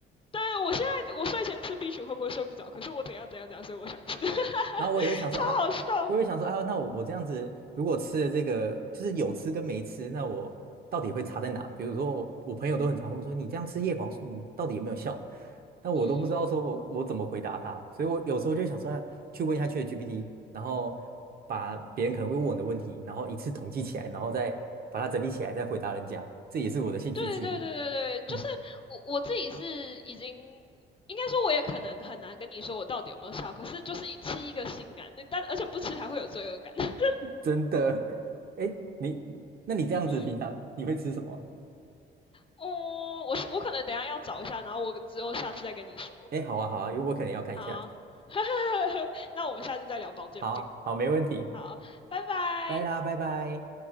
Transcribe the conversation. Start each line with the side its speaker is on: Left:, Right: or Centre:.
Left: 对，我现在我睡前吃 B 群会不会睡不着？可是我怎样怎样怎样，所以我想吃，<laughs>
Right: 然后我也会想说啊，
Left: 超好笑。
Right: 我也会想说啊，那我我这样子如果吃了这个，就是有吃跟没吃，那我到底会差在哪？比如说我我朋友都很常问我说，你这样吃叶黄素，你到底有没有效？但我都不知道说我我怎么回答他，
Left: 嗯嗯，
Right: 所以我有时候就想说啊，去问一下 ChatGPT，然后把别人可能会问我的问题，然后一次统计起来，然后再把它整理起来，再回答人家，这也是我的兴趣之一。
Left: 对对对对对，就是我我自己是已经。
Right: 嗯，
Left: 应该说，我也可能很难跟你说我到底有没有效，可是就是一吃一个心安，那但而且不吃还会有罪恶感。<laughs>
Right: 真的。<laughs> 哎，你那你这样子平常你会吃什么？
Left: 嗯，哦，我我可能等一下要找一下，然后我之后下次再跟你说。
Right: 哎，好啊，好啊，因为我可能要看一下。
Left: 好，<laughs> 那我们下次再聊保健品。
Right: 好好，没问题，
Left: 好，拜拜。
Right: 拜啦，拜拜。